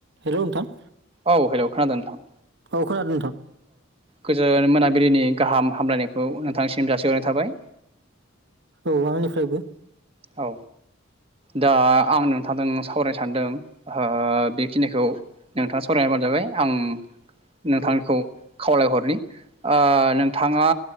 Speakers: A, on the right (about 60°); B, on the right (about 30°).
A: हेल' नोंथां।
B: औ हेल' खोनादों नोथां।
A: ओ खोनादों नोंथां
B: गोजोन मोनाबिलिनि गाहाम हामलायनायखौ नोंथांसिम जासिहरनाय थाबाय
A: औ आंनिफ्रायबो
B: औ दा आं नोंथांजों सावरायनो सानदों ओ बेखिनिखौ नोंथाङा सरायना होबानो जाबाय आं नोंथांखौ
A: औ
B: खावलायहरनि ओ नोंथाङा